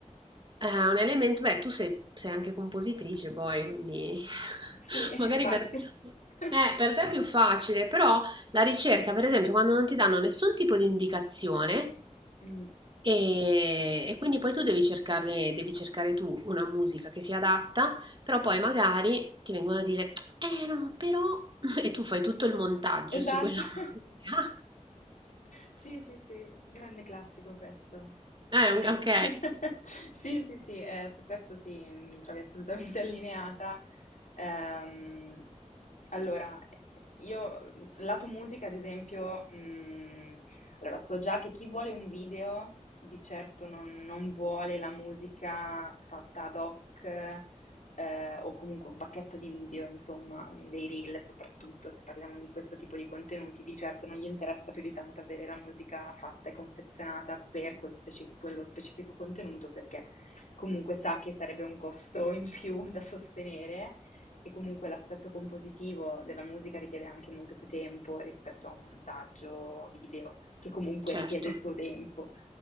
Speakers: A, on the right; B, on the left.
A: È un elemento, beh, tu sei, sei anche compositrice poi, quindi <laughs>
B: Sì, <laughs>
A: magari
B: infatti.
A: per, eh,
B: <laughs>
A: per te è più facile, però la ricerca, per esempio, quando non ti danno nessun tipo di indicazione,
B: Mm.
A: e, e quindi poi tu devi cercare, devi cercare tu una musica che sia adatta, però poi magari ti vengono a dire, eh no, però... <laughs> E tu fai tutto il montaggio
B: Esatto.
A: su quella
B: <laughs>
A: <laughs> musica.
B: Sì, sì, sì, grande classico questo.
A: Eh,
B: <laughs>
A: ok,
B: Sì, sì, sì, eh, su questo sì, mi trovi assolutamente <laughs> allineata. Ehm, allora, io, lato musica, ad esempio, mh, allora so già che chi vuole un video di certo non, non vuole la musica fatta ad hoc, eh, o comunque un pacchetto di video, insomma, mh, dei reel soprattutto, se parliamo di questo tipo di contenuti, di certo non gli interessa più di tanto avere la musica fatta e confezionata per quel speci- quello specifico contenuto, perché comunque sa che sarebbe un costo <laughs> in più da sostenere. E comunque l'aspetto compositivo della musica richiede anche molto più tempo rispetto a un montaggio video, che comunque
A: <laughs> certo.
B: richiede il suo tempo.